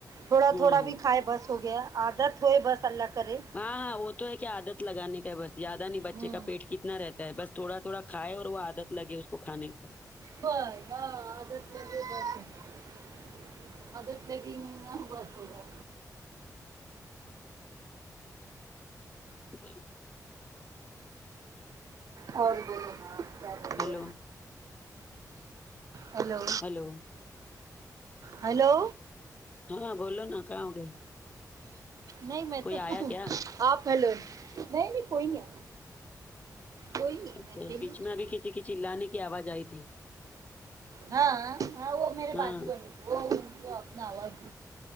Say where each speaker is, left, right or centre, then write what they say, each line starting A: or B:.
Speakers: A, on the right (about 60°); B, on the left (about 20°).
A: تھوڑا
B: ہاں
A: تھوڑا
B: ہاں
A: بھی کھائے بس ہو گیا عادت ہوئے بس اللہ کرے
B: ہاں ہاں وہ تو ہے کیا آدت لگانے کا ہے بس یادہ نہیں بچے
A: ہوں
B: کا پیٹ کتنا رہتا ہے بس تھوڑا تھوڑا کھائے اور وہ آدت لگے اس کو کھان کا
A: ہ ہاں آ مے بس <inaudible> عادت لگی نہیں نہ ببس ہوگیا
B: جی
A: اور بولو کیا بولے
B: ہیلو
A: ہیلو
B: ہیلو
A: ہیلو
B: ہاں بولو نا کہاں ہو گئے
A: نہیں میں
B: کوئی
A: تو
B: آیا کیا
A: آپ ہیلو نہیں نہیں کوئی نہیں کوئی نہیں
B: اچھا
A: میں اکیلی
B: بیچ میں
A: تھی،
B: ابھی کسی کی چلانے کی آواز آئی تھی
A: ہاں ہاں وہ میرے
B: ہاں
A: بجو والے تھ وہ اپنا آواز